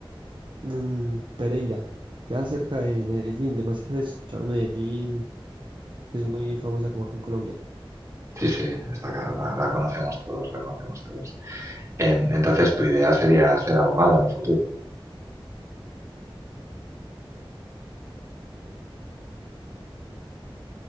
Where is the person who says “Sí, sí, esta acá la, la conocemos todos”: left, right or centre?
Right